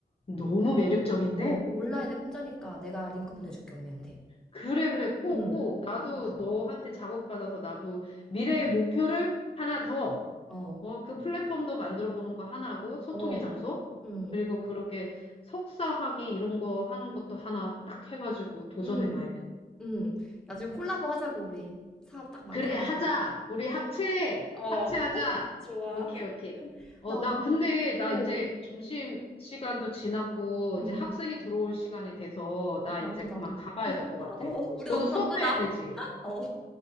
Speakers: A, on the left (about 35°); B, in the centre.
A: 너무 매력적인데?
B: 어, 온라인에 공짜니까 내가 링크 보내줄게, 언니한테.
A: 그래, 그래. 꼭,
B: 응.
A: 꼭. 나도
B: 한번 봐봐.
A: 너한테 작업받아서 나도 미래의 목표를 하나 더,
B: 어,
A: 어, 그 플랫폼도 만들어 보는 거 하나고, 소통의
B: 어,
A: 장소.
B: 응,
A: 그리고 그렇게 석사학위 이런 거 하는 것도 하나 딱 해가지고 도전해
B: 응.
A: 봐야겠다.
B: 응. 나중에 콜라보 하자고, 우리. 사업 딱 만들어가지고
A: 그래, 하자.
B: 가자.
A: 우리 합체.
B: 어,
A: 합체하자.
B: 좋아.
A: 오케이,
B: <laughs>
A: 오케이. 어,
B: 나
A: 나
B: 언니,
A: 근데 나
B: 어,
A: 이제 점심 시간도 지났고
B: 응.
A: 이제 학생이 들어올 시간이 돼서
B: 나도,
A: 나 이제
B: 나도.
A: 그만 가봐야 될 것 같아.
B: 어, 우리
A: 너도
B: 너무
A: 수업해야
B: 바쁘다.
A: 되지.
B: 어.